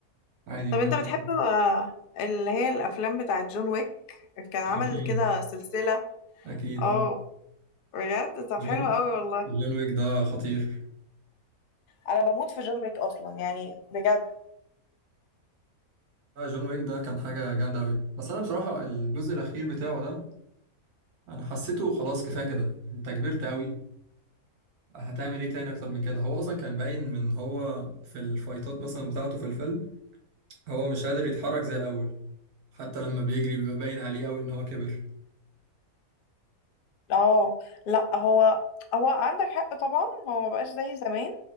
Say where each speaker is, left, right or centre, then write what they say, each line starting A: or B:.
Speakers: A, on the right; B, on the left.
A: عادي
B: طب
A: ممكن
B: انت بتحب آه، اللي هي الأفلام بتاعة جون ويك كان عمل
A: اكيد
B: كده سلسلة
A: اكيد
B: اه
A: اه
B: بجد طب
A: جون
B: حلو قوي والله
A: جون ويك ده خطير
B: انا بموت في جون ويك اصلا يعني بجد
A: آه، جون ويك ده كان حاجة جامدة أوي بس أنا بصراحة الجزء الأخير بتاعه ده أنا حسيته خلاص كفاية كده أنت كبرت أوي هتعمل إيه تاني أكتر من كده هو أصلا كان باين من هو في الفايتات مثلا بتاعته في الفيلم هو مش قادر يتحرك زي الأول حتى لما بيجري بيبقى باين عليه أوي إن هو كبر
B: اه لا هو هو عندك حق طبعا هو ما بقاش زي زمان